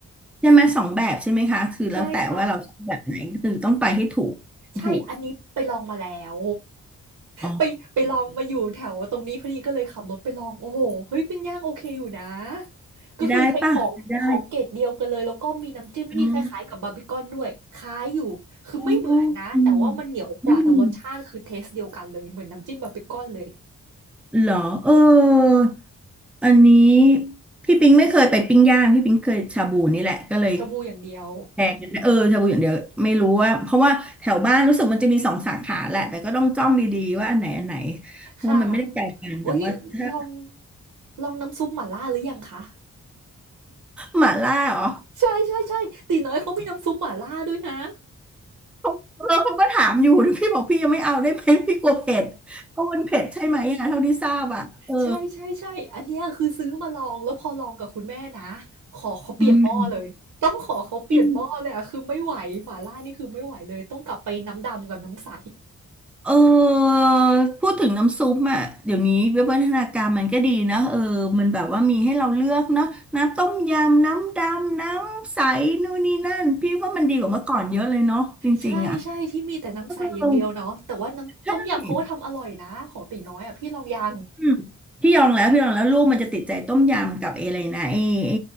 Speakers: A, in the centre; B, on the right.
A: ใช่ไหมสองแบบใช่ไหมคะคือแล้วแต่ว่าเราชอบแบบไหนคือต้องไปให้ถูกถูก
B: ใช่ค่ะ ใช่อันนี้ไปลองมาแล้ว
A: อ๋อ
B: ไปไปลองมาอยู่แถวตรงนี้พอดีก็เลยขับรถไปลองโอ้โฮเฮ้ยปิ้งย่างโอเคอยู่นะ
A: ไมได้ป่ะไมได้
B: ก็คือใช้ของของเกรดเดียวกันเลย แล้วก็มีน้ำจิ้มที่คล้ายๆกับบาร์บีคอนด้วยคล้ายอยู่คือไม่เหมือนนะแต่ว่ามันเหนียวกว่าแต่รสชาติคือเทสต์เดียวกันเลยเหมือนน้ำจิ้มบาร์บีคอนเลย
A: อ๋ออ๋ออืมอืมเหรอเอออันนี้พี่ปิงไม่เคยไปปิ้งย่างพี่ปิงเคยชาบูนี่แหละก็เลย
B: ชาบูอย่างเดียว
A: แชร์กันเออชาบูอย่างเดียวไม่รู้ว่าเพราะว่าแถวบ้านรู้สึกมันจะมีสองสาขาแหละแต่ก็ต้องจ้องดีๆว่าอันไหนอันไหนเพราะว่ามันไม่ได้ไกลกันแต่ว่าถ้า
B: ค่ะอุ๊ยลองลองน้ำซุปหม่าล่าหรือยังคะ
A: หม่าล่าเหรอ
B: ใช่ๆๆตี๋น้อยเขามีน้ำซุปหม่าล่าด้วยนะ
A: เออเขาก็ถามอยู่พี่บอกพี่ยังไม่เอาได้ไหมพี่กลัวเผ็ดก็มันเผ็ดใช่ไหมอ่ะเท่าที่ทราบอ่ะเออ
B: ใช่ๆ่ใช่อันเนี้ยคือซื้อมาลองแล้วพอลองกับคุณแม่นะขอเขาเปลี่ยนหม้อเลยต้องขอเขาเปลี่ยนหม้อเลยอะคือไม่ไหวหม่าล่านี่คือไม่ไหวเลยต้องกลับไปน้ำดำกับน้ำใส
A: อืมอืมเออพูดถึงน้ำซุปอ่ะเดี๋ยวนี้วิวัฒนาการมันก็ดีนะเออมันแบบว่ามีให้เราเลือกเนาะน้ำต้มยำ น้ำดำน้ำใสนู่นนี่นั่นพี่ว่ามันดีกว่าเมื่อก่อนเยอะเลยเนาะจริงๆอ่ะ
B: ใช่ใช่ที่มีแต่น้ำใสอย่างเดียวเนาะแต่ว่าน้ำต้มยำเขาก็ทำอร่อยนะของตีน้อยอะพี่ลองยัง
A: เออใช่อืมพี่ยองแล้วพี่ยองแล้วลูกมันจะติดใจต้มยำกับไออะไรนะไอไอ